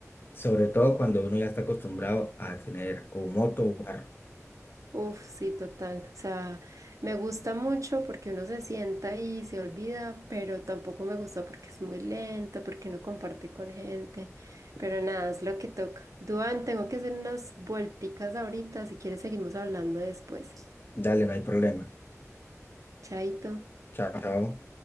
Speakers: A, on the left; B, on the right.
A: Sobre todo cuando uno ya está acostumbrado a tener o moto o carro.
B: Uf, sí, total. O sea, me gusta mucho porque uno se sienta y se olvida, pero tampoco me gusta porque es muy lento, porque no comparte con gente. Pero nada, es lo que toca. Duan, tengo que hacer unas vuelticas ahorita. Si quieres, seguimos hablando después.
A: Dale, no hay problema.
B: Chaito.
A: Chao, chao.